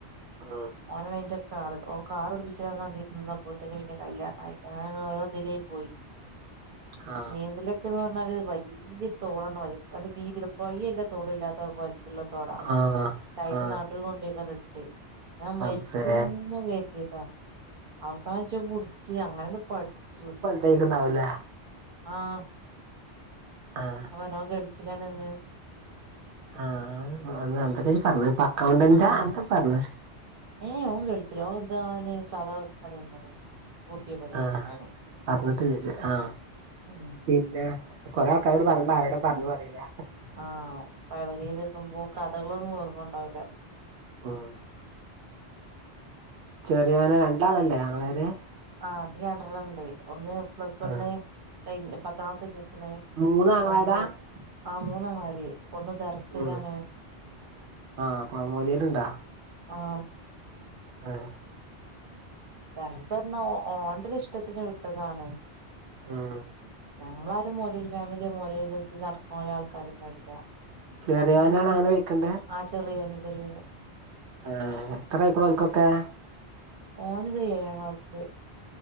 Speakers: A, on the right (about 85°); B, on the right (about 55°).
A: ഉം.
B: ഓനാണയ്ന്റൊക്കെ ആള് കാറ് ഓൻ കാറട്പിച്ചരാൻ മാണ്ടീട്ട് നിന്നപ്പോത്തിന് പിന്നെ കല്ല്യാണായി ആ ഓരോതിലായി പോയി
A: ആ
B: നീന്തലൊക്കെന്ന് പറഞ്ഞാല് വല്ല്യ തോടാണ് വൽ വല്ല്യ വീഥിള്ള പൊഴിഅല്ലാ തോടുഅല്ലാത്ത പോ <unintelligible> തോടാ
A: ആ
B: അയിന്റെ
A: ആ
B: നടൂ കൊണ്ടോയ്ക്കാണ്ട് നിർത്തി ഞാൻ മര്ച്ച്ന്നന്നെ
A: അപ്പേ
B: കര്തിയതാ അവസാനംച്ച് പുടിച്ച് അങ്ങനെണ്ട് പഠിച്ചു
A: തയ്ക്ക് ഉണ്ടാവുംലേ
B: ആഹ്
A: ആഹ്
B: <unintelligible> ഓൻ ഗൾഫിലാണ്ന്ന്
A: ആഹ് അന്തൊക്കെ ഇജ്ജ് പർഞ്ഞ് ഇപ്പ അക്കൗണ്ടന്റ
B: ആഹാ
A: എന്തജ്ജ് പർഞ്ഞ്
B: ഏ ഓൻ ഗൾഫിലാ ഓൻന്താർഞ്ഞ് സാതാപണി എന്താണ് കൂഫിയ പണി
A: ആഹ്
B: ഓന്
A: അർഞ്ഞിട്ടില്ലജ്ജ് ആഹ്
B: ഉം
A: പിന്നെ കൊറേ ആൾക്കാരോട് പറയുമ്പോ
B: ഓ
A: ആരോടാ പർഞ്ഞു അറീലാ
B: ആഹ് പഴേപെരീല് നിക്കുമ്പോ കഥകളൊന്നും ഓർമ്മണ്ടാവൂലാ
A: ഉം ചെറിയോനോ രണ്ടാളല്ലേ ആങ്ങളാര്
B: ആഹ് അഭിരണ്ട്രണ്ണണ്ട് ഒന്ന് പ്ലസ് വണ്ണ്
A: ആ.
B: കഴിഞ്ഞ് പത്താം ക്ലാസ് കഴിഞ്ഞ്ക്ക്ണ്
A: മൂന്നാങ്ങളാരാ
B: ഒന്ന് ആഹ് മൂന്നാങ്ങളമാര് ഒന്ന് ദർസ്സിലാണ്
A: ഉം. ആ പുഴമൂലയിലുണ്ടോ
B: ആഹ്
A: ആഹ്
B: ദർസ്സറിഞ്ഞാ ഓന്റൊരു ഇഷ്ടത്തിന് വിട്ടതാണ്
A: ആഹ്
B: നമ്മളാരും മോലേര് ഫാമിലിയോ മോലരുതി നടക്കുന്ന പോലെ ആൾക്കാരൊന്നല്ല
A: ചെറിയോനാണ്
B: ആണ്ട്ര പിന്നെന്നാ
A: അങ്ങനെ വെക്കണ്ടേ
B: ആഹ് ചെറിയോന് ചെറിയോന്
A: ആഹ് എത്ര അയ്കുണുഓൽക്കൊക്കെ
B: ഓന്ത് ഏഴാം ക്ലാസ്സ്‌ല്